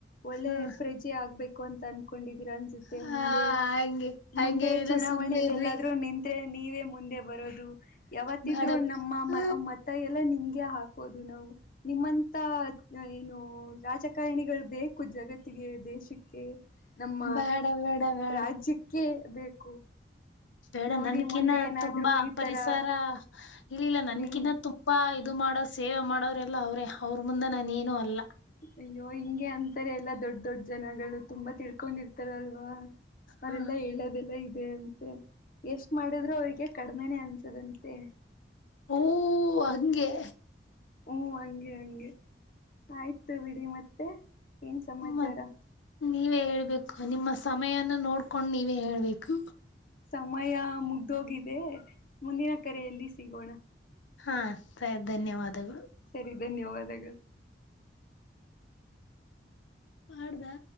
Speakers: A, on the left; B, on the left.
A: ಒಳ್ಳೆ
B: ಹ್ಮ
A: ಪ್ರಜೆ ಆಗ್ಬೇಕು ಅಂತ ಅನ್ಕೊಂಡಿದ ನ್ಸುತ್ತೆ
B: ಹಾ
A: ಮುಂದೆ
B: ಹಂಗೆ ಹಂಗೇನಿಲ್ಲ
A: ಮುಂದೆ ಚುನಾವಣೆಯಲ್ಲಿ
B: ಸುಮ್ನೆ ಇರ್ರಿ
A: ಎಲ್ಲಾದ್ರೂ ನಿಂತೇ ನೀವೇ ಮುಂದೆ ಬರೋದು ಯಾವತ್ತಿದ್ರು
B: ಬೇಡ
A: ನಮ್ಮ
B: ಹ
A: ಮ ಎಲ್ಲ ನಿಮ್ದ ಹಾಕೋದು ನಾವು ನಿಮ್ಮಂತ ಏನು ರಾಜಕಾರಣಿಗಳು ಬೇಕು ಜಗತ್ತ ಿಗೆ ದೇಶಕ್ಕೆ ನಮ್ಮ
B: ಬೇಡ ಬೇಡ ಬೇಡ
A: ರಾಜ್ಯಕ್ಕೆ ಬೇಕು
B: ಬೇಡ
A: ನೋಡಿ
B: ನನ್ಕಿನ
A: ಮುಂದೆ ಏನಾದ್ರು
B: ತುಂಬಾ
A: ಈ
B: ಪರಿಸರ
A: ತರ
B: ಇಲ್ಲಿಲ್ಲ ನನ್ಕಿನ
A: ಸ್ನೇಹಿ
B: ತುಂಬಾ ಇದು ಮಾಡೋ ಸೇವೆ ಮಾಡೋರೆಲ್ಲ ಅವರೇ ಅವ್ರ ಮುಂದೆ ನಾನೇಏನುೂ ಅಲ್ಲ
A: ಅಯ್ಯೋ ಹಿಂಗೆ ಅಂತಾರೆ ಎಲ್ಲಾ ದೊಡ್ ದೊಡ್ ಜನಗಳು ತುಂಬಾ ತಿಳ್ಕೊಂಡಿರ್ತಾರಲ್ವಾ ಅವರೆಲ್ಲಾ
B: ಹ
A: ಹೇಳೋದೆಲ್ಲ ಇ ಅದೇ ಅಂತೆ ಎಷ್ಟ್ ಮಾಡಿದ್ರು ಅವ್ರಿಗೆ ಕಡಿಮನೇ ಅನ್ಸದಂತೆ
B: ಓ ಹಂಗೆ
A: ಹಓ ಹಂಗೆ ಹಂಗೆ ಆಯ್ತು ಬಿಡಿ ಮತ್ತೆ ಏನ್ ಸಮಾಚಾರ
B: ಮತ್ ನೀವೇ ಹೇಳ್ಬೇಕು ನಿಮ್ಮ ಸಮಯನ ನೋಡ್ಕೊಂಡು ನೀವೇ ಹೇಳ್ಬೇಕು
A: ಮ್ಮಯ ಮುಗ್ದೋಗಿದೆ ಮುಂದಿನ ಕರ ಎೆಯಲ್ಲಿ ಸಿಗೋಣ
B: ಹಾ ಸ ಧನ್ಯವಾದಗಳು
A: ಸರಿ ಧನ್ಯವಾದಗಳು
B: ಮಾಡದಾ